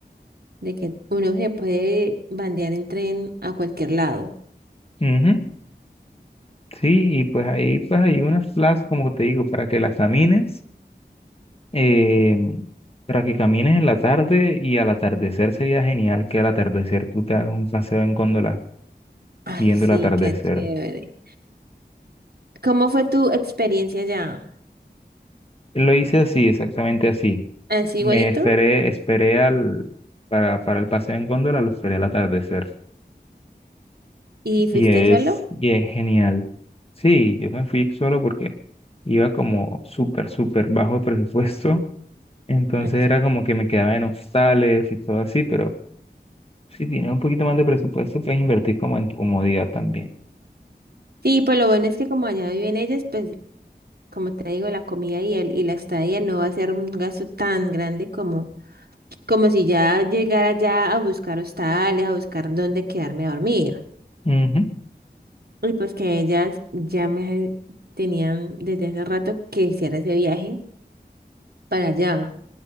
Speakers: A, on the right; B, on the left.
A: de que uno se puede bandear en tren a cualquier lado.
B: Ujú. Sí, y pues ahí pues hay unas plazas, como te digo, para que las camines, eh, para que camines en la tarde y al atardecer sería genial que al atardecer tú te hagas un paseo en góndola
A: Ay,
B: viendo
A: sí,
B: el atardecer.
A: qué chévere. ¿Cómo fue tu experiencia allá?
B: Lo hice así, exactamente así.
A: ¿Así
B: Me
A: igualito?
B: esperé, esperé al, para, para el paseo en góndola, lo esperé al atardecer.
A: ¿Y fuiste
B: Y es,
A: solo?
B: y es genial. Sí, yo me fui solo porque iba como súper, súper bajo presupuesto. Entonces
A: Ok.
B: era como que me quedaba en hostales y todo así, pero si tienes un poquito más de presupuesto, puedes invertir como en tu comodidad también.
A: Sí, pues lo bueno es que como allá viven ellas, pues como te digo, la comida y, el, y la estadía no va a ser un gasto tan grande como, como si ya llegara ya a buscar hostales, a buscar dónde quedarme a dormir.
B: Ujú.
A: Y pues que ellas ya me tenían desde hace rato que hiciera ese viaje para allá,